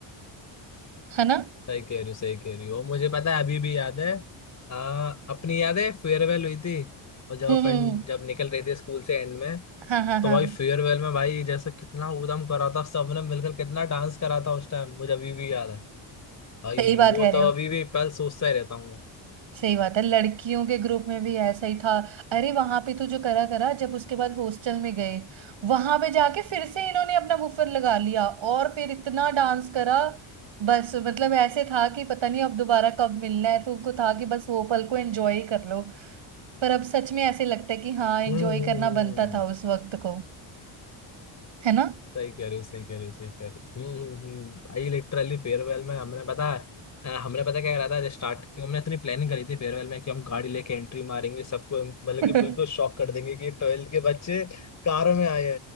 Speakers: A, on the right; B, on the left.
A: है ना
B: सही कह रही हो सही कह रही हो मुझे पता है अभी भी याद है आ, अपनी याद है फेयरवेल हुई थी और जब
A: हम्म
B: अपन
A: हम्म,
B: जब निकल रहे थे स्कूल से एंड में
A: हाँ हाँ हाँ
B: तो भाई फेयरवेल में भाई जैसे कितना ऊधम करा था सबने मिलकर कितना डांस करा था उस टाइम मुझे अभी भी याद है भाई
A: सही बात
B: वो
A: कह रहे
B: तो
A: हो
B: अभी भी पल सोचता ही रहता हूँ मैं।
A: सही बात है लड़कियों के ग्रुप में भी ऐसा ही था अरे वहां पे तो जो करा करा जब उसके बाद हॉस्टल में गए वहां पे जाके फिर से इन्होंने अपना बुफर लगा लिया और फिर इतना डांस करा बस मतलब ऐसे था कि पता नहीं अब दोबारा कब मिलना है तो उनको था कि बस वो पल को एंजॉय ही कर लो पर अब सच में ऐसे लगता है कि हाँ एंजॉय
B: हम्म हम्म
A: करना
B: हम्म।
A: बनता था उस वक्त को है ना
B: सही कह रहे हो, सही कह रहे हो, सही कह रहे हो। हम्म हम्म हम्म। भाई लिटरली फेयरवेल में हमने पता है हमने पता क्या करा था जब स्टार्टिंग हमने इतनी प्लानिंग करी थी फेयरवेल में कि हम गाड़ी लेके एंट्री मारेंगे सबको मतलब
A: <laughs>
B: कि बिल्कुल शॉक कर देंगे कि ट्वेल्थ के बच्चे कार में आए